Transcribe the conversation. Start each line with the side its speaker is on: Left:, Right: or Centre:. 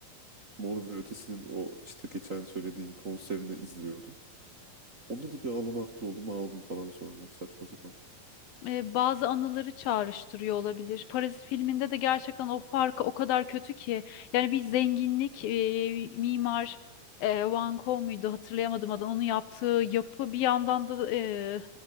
Right: Mor ve Ötesi'nin o işte geçen söylediğim konserini izliyordum. Onda da bir ağlamaklı oldum ağladım falan sonra saçma sapan.
Left: e, bazı anıları çağrıştırıyor olabilir. Parazit filminde de gerçekten o farkı o kadar kötü ki yani bir zenginlik e, mimar e, Van Gogh muydu hatırlayamadım adını onun yaptığı yapı bir yandan da e,